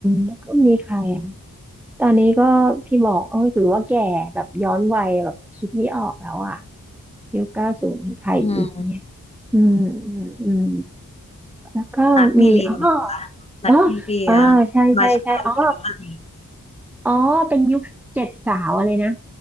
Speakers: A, in the centre; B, on the left (about 20°).
A: แล้วก็มีใครอ่ะ ตอนนี้ก็พี่บอกเอ้ยถือว่าแก่แบบย้อนวัยแบบคิดไม่ออกแล้วอ่ะยุคเก้าศูนย์มีใครอีกเนี่ย
B: อืม
A: อืมอืมอืมแล้วก็มีอ๋อ
B: นัดมีเรียไหมคะนัดมีเรีย
A: อ๋ออ๋อใช่ใช่ใช่อ๋อ
B: มาเช่าแล้วอะไร
A: อ๋อเป็นยุคเจ็ดสาวอะไรนะ